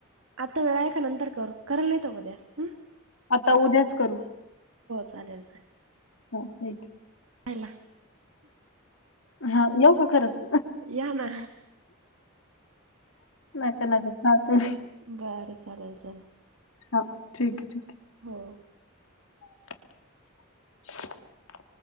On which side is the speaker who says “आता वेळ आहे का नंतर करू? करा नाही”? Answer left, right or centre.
Right